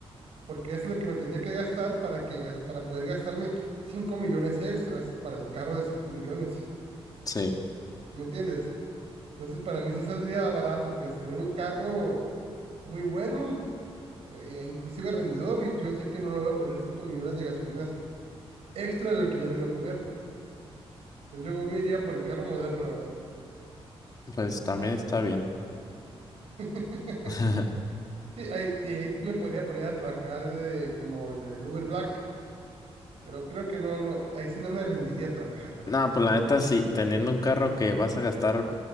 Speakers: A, on the right (about 75°); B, on the left (about 40°).
A: porque es lo que me tendría que gastar para, que, ga- para poder gastarme 5 millones extras para el carro de 5 millones,
B: sí,
A: ¿sí me entiendes? Entonces, para mí sí saldría barato, pues, tener un carro muy bueno, eh, e inclusive rendidor, y yo sé que no le voy a poner 5 millones de gasolinas extra de lo que ya le iba a poner. Pues yo me iría por el carro moderno, la verdad.
B: pues también está bien.
A: <laughs>
B: <laughs>
A: Sí, ahí, de ahí me podría poner a trabajar eh, como en el Uber Black, pero creo que no, no, ahí sí no me rendiría trabajarlo, la
B: No,
A: verdad.
B: pues la neta sí, teniendo un carro que vas a gastar